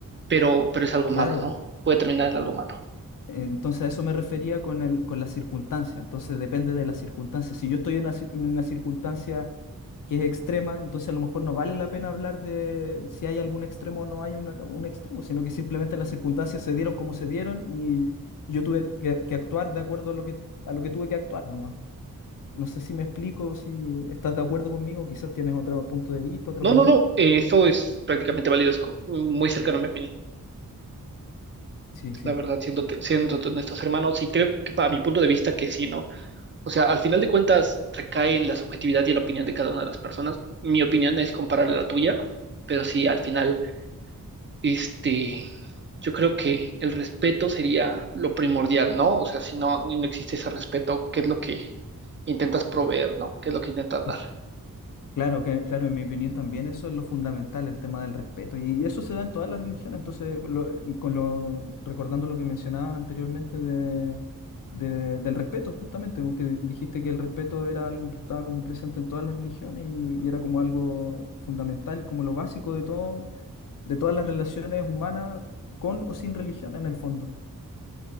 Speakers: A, on the right; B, on the left.
A: pero, pero es algo
B: claro,
A: malo, ¿no? Puede terminar en
B: eh,
A: algo malo.
B: entonces a eso me refería con el, con la circunstancia, entonces depende de la circunstancia. Si yo estoy en una, ci- en una circunstancia que es extrema, entonces a lo mejor no vale la pena hablar de si hay algún extremo o no hay un, un extremo, sino que simplemente las circunstancias se dieron como se dieron y yo tuve que, que actuar de acuerdo a lo que, a lo que tuve que actuar, nomás. No sé si me explico, si estás de acuerdo conmigo, quizás tienes otro punto de vista, otra
A: No,
B: opinión.
A: no, no, eh, eso es prácticamente válido, es co- muy cercano a mi opinión,
B: Sí, sí.
A: la verdad, siéndote, siéndote honestos, hermanos, y creo que para mi punto de vista que sí, ¿no? O sea, al final de cuentas recae en la subjetividad y en la opinión de cada una de las personas. Mi opinión es comparable a la tuya, pero sí, al final Este, yo creo que el respeto sería lo primordial, ¿no? O sea, si no, no existe ese respeto, ¿qué es lo que intentas proveer, ¿no? ¿Qué es lo que intentas
B: Es-
A: dar?
B: Claro, que, claro, en mi opinión también eso es lo fundamental, el tema del respeto. Y, y eso se da en todas las religiones. Entonces, lo- con lo, recordando lo que mencionabas anteriormente de, de- del respeto, justamente, porque dijiste que el respeto era algo que estaba como presente en todas las religiones y, y era como algo fundamental, es como lo básico de todo, de todas las relaciones humanas, con o sin religión en el fondo.